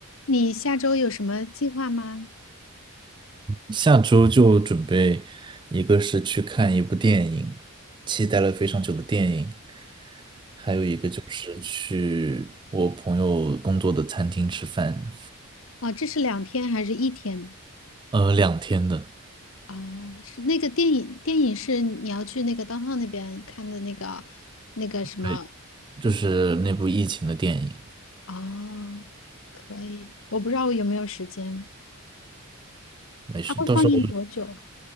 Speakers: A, on the left (about 60°); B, on the right (about 20°).
A: 你下周有什么计划吗？
B: 下周就准备，一个是去看一部电影，期待了非常久的电影，还有一个就是去我朋友工作的餐厅吃饭，
A: 哦，这是两天还是一天呢？
B: 呃，两天的，
A: 哦，是那个电影，电影是你要去那个 downtown 那边看的那个那个什么？
B: 对，就是那部疫情的电影，
A: 哦，可以，我不知道我有没有时间。
B: 没事，
A: 它会放映多久啊？
B: 到时候